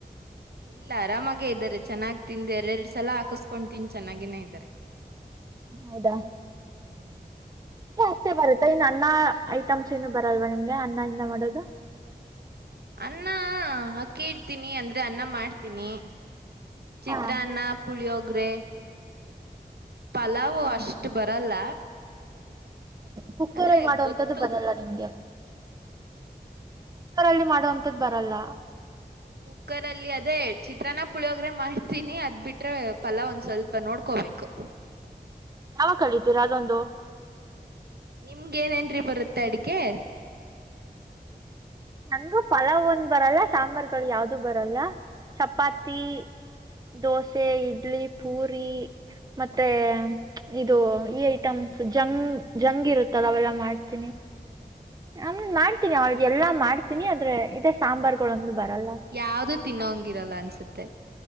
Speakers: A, on the right; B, on the right.
A: ಇಲ್ಲ ಆರಾಮಾಗೇ ಇದ್ದಾರೆ ಚೆನ್ನಾಗ್ ತಿಂದ್ ಎರಡ್ ಎರಡ್ ಸಲ ಹಾಕಿಸಸ್ಕೊಂಡ್ ತಿಂದು ಚೆನ್ನಾಗಿನೆ ಇದಾರೆ
B: ಹೌದಾ
A: ಹ್ಮ್
B: ಅ ಅಷ್ಟೇ ಬರುತ್ತೆ ಇನ್ ಅನ್ನ ಐಟಮ್ಸ್ ಏನು ಬರಲ್ವಾ ನಿಮ್ಗೆ ಅನ್ನ ಇಂದ ಮಾಡೋದು
A: ಅನ್ನ ಅಕ್ಕಿ ಇಡ್ತೀನಿ ಅಂದ್ರೆ ಅನ್ನ ಮಾಡ್ತೀನಿ ಚಿತ್ರಾನ್ನ
B: ಹಾಂ
A: ಪುಳಿಯೋಗ್ರೆ ಪಲಾವ್
B: ಹೌದಾ
A: ಅಷ್ಟು ಬರಲ್ಲ
B: ಕುಕ್ಕರ್ಲ್ಲಿ
A: ಆದ್ರೆ
B: ಮಾಡುವಂತದ್ದು
A: ಗೊತ್ತು
B: ಬನ್ನಲ್ಲ ಹಗೆರಲ್ಲಿ ಮಾಡುವಂಂತದ್ದ್ ಬರಲ್ಲ
A: ಕುಕ್ಕರ್ ಅಲ್ಲಿ ಅದೇ ಚಿತ್ರಾನ ಪುಳಿಯೋಗ್ರೆ ಮಾಡ್ತೀನಿ ಅದ್ ಬಿಟ್ರೆ ಪಫಲಾ ಒಂದ್ ಸ್ವಲ್ಪ ನೋಡ್ಕೋಬೇಕು
B: ಯಾವಾಗ ಕಳಿತೀರಾ ಅದೊಂದು
A: ನಿಮ್ಗ ಏನ ನ್್ರಿ ಬರುತ್ತೆ ಅಡ್ಗೆ
B: ನನ್ಗು ಪಲಾವ್ ಒಂದ್ ಬರಲ್ಲ ಸಾಂಬಾರ್ುಗಳು ಯಾವ್ದು ಬರಲ್ಲ ಚಪಾತಿ
A: ಹ್ಮ್
B: ದೋಸೆ ಇಡ್ಲಿ ಪೂರಿ ಮತ್ತೆ ಇದು ಈ ಐಟಮ್ಸ್ ಜಂಗ್ ಜಂಗ್ ಇರುತ್ತದ ಅವೆಲ್ಲ ಮಾಡ್ತೀನಿ.
A: ಹ್ಮ್
B: ಹ
A: ಹ್ಮ್ ಹ್ಮ್
B: ಮಾಡ್ತೀನಿ ಅವ್ರಿಗೆ ಎಲ್ಲಾ ಮಾಡ್ತೀನಿ ಆದ್ರೆ ಇದೇ ಸಾಂಬಾರ್ುಗಳ ಒಂದು ಬರಲ್ಲ.
A: ಯಾವ್ದು ತಿನ್ನಂಗಿರಲ್ಲ ಅನ್ಸುತ್ತೆ.